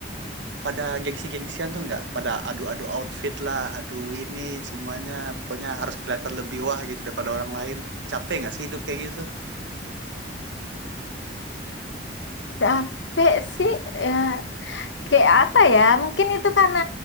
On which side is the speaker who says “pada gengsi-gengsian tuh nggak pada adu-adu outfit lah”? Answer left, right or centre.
Right